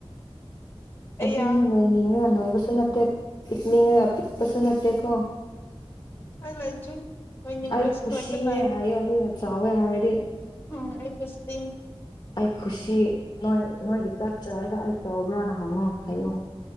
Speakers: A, on the left; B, on the left.
A: ꯑꯌꯥ
B: ꯑꯗꯨꯅꯦ ꯅꯣꯏ ꯅꯤꯡꯉ ꯅꯣꯏꯕꯁꯨ ꯅꯠꯇꯦ ꯄꯤꯛꯂꯤ ꯄ ꯄꯁꯅꯇꯦ ꯀꯣ
A: ꯎꯄꯥꯏ ꯂꯩꯇ꯭ꯔꯦ ꯅꯣꯏꯅꯤꯡꯗ꯭ꯔꯁꯨ
B: ꯑꯩ ꯀꯁꯤꯅꯦ
A: ꯅꯣꯏꯕ ꯇꯥꯔꯦ
B: ꯍꯥꯏꯌꯣꯅ ꯆꯥꯎꯋꯦ ꯍꯥꯏꯔꯗꯤ
A: ꯎꯝ ꯑꯩꯁꯇ
B: ꯑꯩ ꯈꯨꯁꯤ ꯅꯣꯏ ꯅꯣꯏꯒꯤ ꯆꯠ ꯆꯔꯒ ꯑꯩ ꯆꯥꯎꯕ꯭ꯔꯥꯅ ꯍꯉꯣ ꯍꯥꯌꯣ